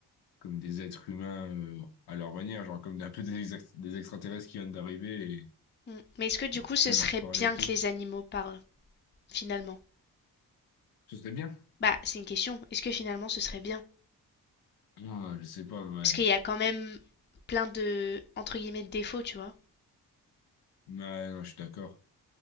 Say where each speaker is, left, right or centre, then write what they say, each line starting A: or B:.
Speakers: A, on the left; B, on the left.
A: comme des êtres humains euh, à leur manière, genre comme un peu des, ex- des extraterrestres qui viennent d'arriver et,
B: Mm. Mais est-ce que du
A: et
B: coup
A: que tu
B: ce
A: peux
B: serait
A: leur parler
B: bien
A: et tout.
B: que les animaux parlent? finalement?
A: Ce serait bien.
B: Bah, c'est une question. Est-ce que finalement ce serait bien?
A: Ah, je sais pas, ouais.
B: Parce qu'il y a quand même plein de, entre guillemets, de défauts, tu vois.
A: Ouais, non, je suis d'accord.